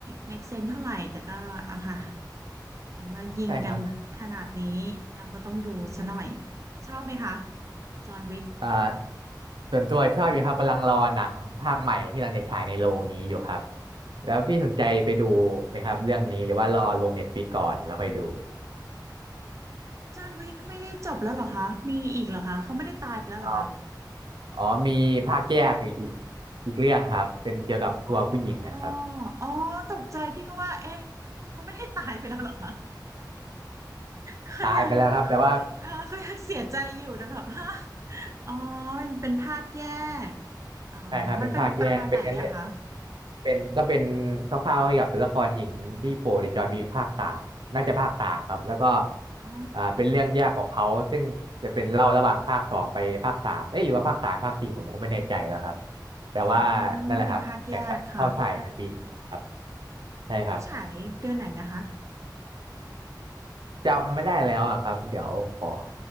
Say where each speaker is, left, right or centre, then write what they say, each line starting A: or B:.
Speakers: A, on the right; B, on the right.
A: make sense เท่าไหร่แต่ก็เอาค่ะแต่ว่ายิงกันขนาดนี้เราก็ต้องดูซะหน่อย
B: ใช่ครับ
A: ชอบไหมคะจอห์นวิก
B: อ่าส่วนตัวชอบอยู่ครับกำลังรอหนังภาคใหม่ที่กำลังจะฉายในโรงนี้อยู่ครับแล้วพี่สนใจไปดูไหมครับเรื่องนี้หรือว่ารอลงเน็ตฟลิกก่อนแล้วค่อยดู
A: จอห์นวิกไม่ได้จบแล้วเหรอคะมีอีกเหรอคะเขาไม่ได้ตายไปแล้วเหรอคะ
B: อ๋ออ๋อมีภาคแยกอีกอีกเรื่องครับเป็นเกี่ยวกับตัวผู้หญิงนะครับ
A: อ๋ออ๋อตกใจพี่ก็ว่าเอ๊ะเขาไม่ได้ตายไปแล้วเหรอคะ ก็ยัง
B: ตายไปแล้วครับแต่ว่า
A: เออก็ยังเสียใจอยู่นะแบบ <laughs> ฮะอ๋อเป็นเป็นภาคแยก อ๋อ
B: ใช่ครับเป็นภาคแยกเป็นเนื้อเรื่อง
A: มันเป็นประมาณไหนอะคะ
B: เป็นก็เป็นคร่าวๆเกี่ยวกับตัวละครหญิงที่โผล่ในจอห์นวิกภาคสามน่าจะภาคสามครับแล้วก็
A: อ๋อ
B: อ่าเป็นเรื่องแยกของเขาซึ่งจะเป็นเล่าระหว่างภาคสองไปภาคสามเอ้ยหรือว่าภาคสามภาคสี่ผมก็ไม่แน่ใจแล้วครับแต่ว่านั่นแหละครับแต่เข้าแฉายในปีนี้ครับ
A: อืมเป็นภาคแยกค่ะ
B: ใช่ครับ
A: เข้าฉายเดือนไหนนะคะ
B: จำไม่ได้แล้วอะครับเดี๋ยวขอ